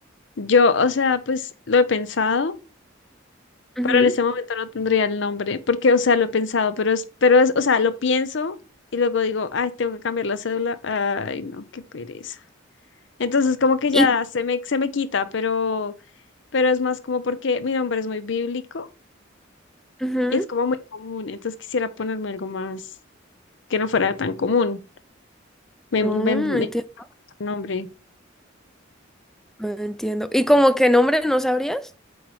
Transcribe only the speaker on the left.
Yo, o sea, pues lo he pensado,
pero en ese momento no tendría el nombre, porque, o sea, lo he pensado, pero es, pero es, o sea, lo pienso y luego digo, ay, tengo que cambiar la cédula. Ay, no, qué pereza. Entonces como que ya
se me, se me quita, pero, pero es más como porque mi nombre es muy bíblico
y es como muy común. Entonces quisiera ponerme algo más que no fuera tan común. Me,
me, me invento
un nombre.